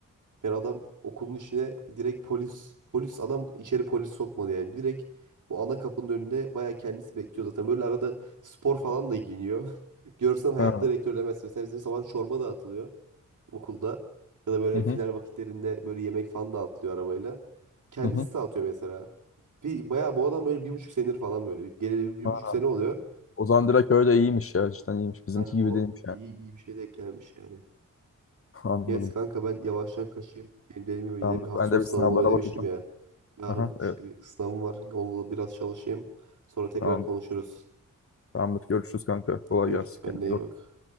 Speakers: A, on the right; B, on the left.
A: Yani adam okulun içine direkt polis polis adam içeri polis sokmadı yani. Direkt bu ana kapının önünde bayağı kendisi bekliyor zaten. Böyle arada spor falan da giyiniyor. <laughs> Görsen hayat
B: Ha.
A: direktör demezsin. Mesela bizim sabah çorba dağıtılıyor. okulda ya da böyle
B: Hı hı.
A: final vakitlerinde böyle yemek falan dağıtılıyor arabayla. Kendisi
B: Hı hı.
A: dağıtıyor mesela. Bir, bayağı bu adam böyle bir buçuk senedir falan böyle. Bir- Geleli bir, bir
B: Ha,
A: buçuk sene oluyor.
B: O zaman direkt öyle iyiymiş ya. Cidden iyiymiş. Bizimki
A: Yani
B: gibi
A: bu
B: değilmiş
A: iyi,
B: yani.
A: iyi bir şey denk gelmiş yani.
B: <laughs> Anladım.
A: Neyse kanka ben yavaştan kaçayım. Benim dediğim gibi
B: Tamam.
A: dediğim gibi hafta
B: Ben
A: sonu
B: de
A: sınavım
B: bir sınavlara
A: oluyor demiştim
B: bakacağım.
A: ya. Yarın
B: Aha,
A: işte
B: evet.
A: bir sınavım var. Onunla biraz çalışayım. Sonra tekrar
B: Tamam.
A: konuşuruz.
B: Tamamdır. Görüşürüz kanka. Kolay
A: Görüşürüz
B: gelsin.
A: kendine
B: Kendine
A: iyi
B: iyi bak.
A: bak.